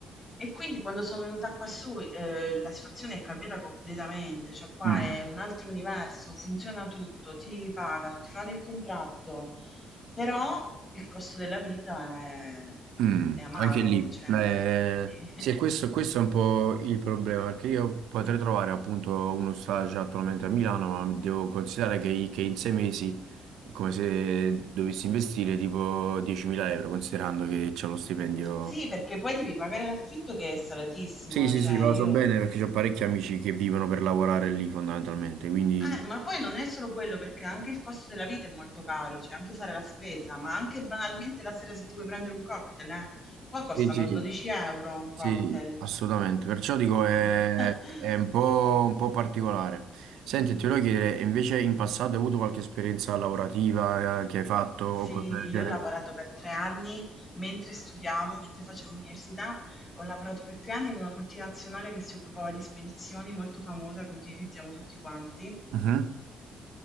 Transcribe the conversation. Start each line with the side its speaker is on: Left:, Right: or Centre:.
Left: E quindi quando sono venuta qua su, ehm, la situazione è cambiata completamente, cioè qua
Right: Mm.
Left: è un altro universo, funziona tutto, ti pagano, ti fanno il contratto, però il costo della vita è
Right: Mm,
Left: è amaro,
Right: anche lì.
Left: cioè
Right: Eh,
Left: sì. <laughs>
Right: sì, e questo, questo è un po' il problema, perché io potrei trovare appunto uno stage attualmente a Milano, ma devo considerare che, i- che in sei mesi è come se dovessi investire tipo 10.000 euro, considerando che c'è lo stipendio.
Left: Sì, perché poi devi pagare l'affitto che è salatissimo,
Right: Sì, sì,
Left: cioè
Right: sì, ma
Left: io
Right: lo so bene perché ho parecchi amici che vivono per lavorare lì fondamentalmente, quindi...
Left: Eh, ma poi non è solo quello, perché anche il costo della vita è molto caro, cioè anche fare la spesa, ma anche banalmente la sera se ti vuoi prendere un cocktail, eh. Qua costano
Right: Sì, sì.
Left: 12 euro un cocktail.
Right: Sì, assolutamente. Perciò dico è,
Left: <laughs>
Right: è un po', un po' particolare. Senti, ti volevo chiedere, invece in passato hai avuto qualche esperienza lavorativa eh, che hai fatto o
Left: Sì,
Right: cose del
Left: io
Right: genere?
Left: ho lavorato per tre anni mentre studiavo, mentre facevo l'università, ho lavorato per tre anni in una multinazionale che si occupava di spedizioni molto famosa che utilizziamo tutti quanti
Right: Mhm.